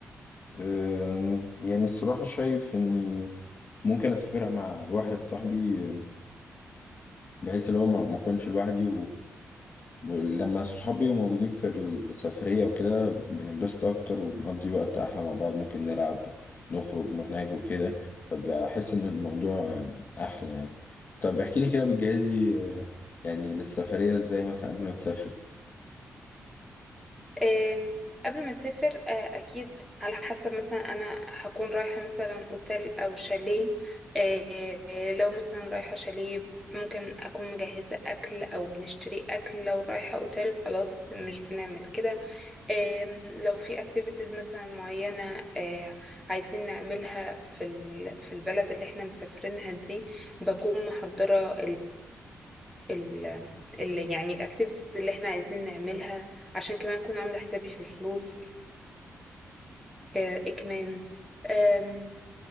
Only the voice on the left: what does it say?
آم، يعني الصراحة شايف اني ممكن اسافرها مع واحد صاحبي آم، بحيث اللي هو ما ما اكونش لوحدي ولما الصحاب بيبقوا موجودين في السفرية وكده بننبسط أكتر وبنقضي وقت أحلى مع بعض ممكن نلعب نخرج نروح ناكل كده فبحس إن الموضوع أحلى يعني طب احكي لي كده بتجهزي آه، يعني للسفرية إزاي مثلا قبل ما تسافري